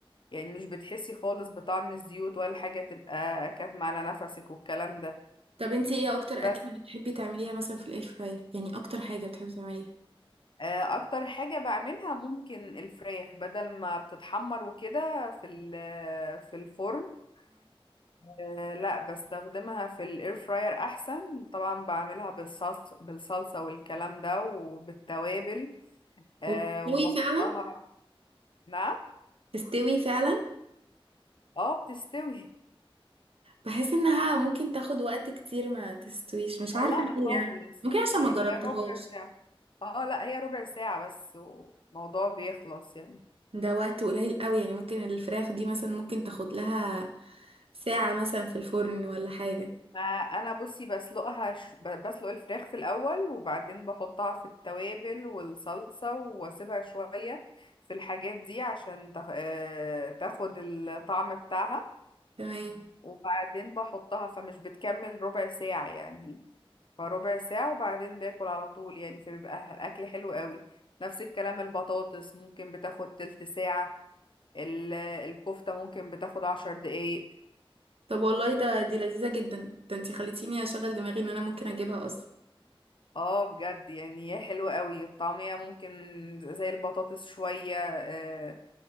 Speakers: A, on the left; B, on the right.
A: يعني مش بتحسي خالص بطعم الزيوت ولا حاجة تبقى كاتمة على نفسك والكلام ده
B: طب انتي ايه اكتر
A: بس
B: اكلة بتحبي تعمليها مثلا في الاير فراير يعني اكتر حاجة بتحبي تعمليها
A: آه، اكتر حاجة بعملها ممكن الفراخ بدل ما بتتحمر وكده في ال- آه، في الفرن آه، لا بستخدمها في الاير فراير احسن طبعا بعملها بالصلصة بالصلصة والكلام ده وبالتوابل آه،
B: وبتستوي
A: وبحطها
B: فعلا
A: بقى- نعم
B: تستوي فعلا
A: اه بتستوي
B: بحس انها ممكن تاخد وقت كتير ما تستويش مش
A: آه،
B: عارفة
A: لا
B: ليه
A: خالص
B: يعني ممكن عشان
A: يعني
B: ما جربتهاش
A: هي ربع ساعة اه لا هي ربع ساعة بس والموضوع بيخلص يعني
B: ده وقت قليل قوي يعني ممكن الفراخ دي مثلا ممكن تاخد لها ساعة مثلا في الفرن ولا حاجة
A: ما انا بصي بسلقها ش... ب- بسلق الفراخ في الاول وبعدين بحطها في التوابل والصلصه واسيبها شويه في الحاجات دي عشان تخ... آه، تاخد الطعم بتاعها
B: تمام
A: وبعدين بحطها فمش بتكمل ربع ساعه يعني فربع ساعه وبعدين باكل على طول يعني فبيبقى الاكل حلو قوي نفس الكلام البطاطس ممكن بتاخد تلت ساعه ال... الكفته ممكن بتاخد عشر دقايق
B: طب والله ده دي لذيذة جدا ده انتي خليتيني اشغل دماغي ان انا ممكن اجيبها اصلا
A: اه بجد يعني هي حلوة قوي الطعمية ممكن زي البطاطس شوية آه،